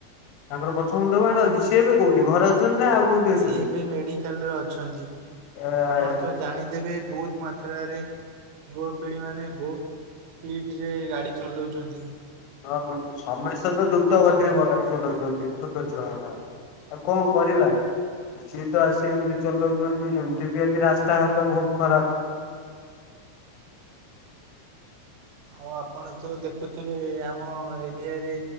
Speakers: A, on the left; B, on the right.
A: ତାଙ୍କର ପଛ ମୁଣ୍ଡ ମାଡ଼ ହେଇଛି। ସେ ଏବେ କୋଉଠି ଘରେ ଅଛନ୍ତି ନା ଆଉ କୋଉଠି ଅଛନ୍ତି?
B: ସିଏ ଏବେ ମେଡିକାଲରେ ଅଛନ୍ତି,
A: ଏ
B: ଆପଣ ତ ଜାଣି ଯେବେ ବହୁତ ମାତ୍ରାରେ ଯୁବପିଢ଼ିମାନେ ବହୁତ ସ୍ପିଡ଼ରେ ଗାଡ଼ି ଚଲାଉଛନ୍ତି‌।
A: ହଁ, <inaudible> ସମସ୍ତ ଦ୍ରୁତ
B: ବହୁତ
A: ଗତିରେ ବାଢାନ୍ତି। <inaudible> କଣ କରିବା? ସିଏ ତ ଆସି ଏମିତି ଚଲାଉଛନ୍ତି, ଏମିତି ବି ଆଜି ରାସ୍ତାଘାଟ ବହୁତ ଖରାପ।
B: ଆଉ ଆପଣ ତ ଦେଖୁଥିବେ, ଆମ ଏରିଆରେ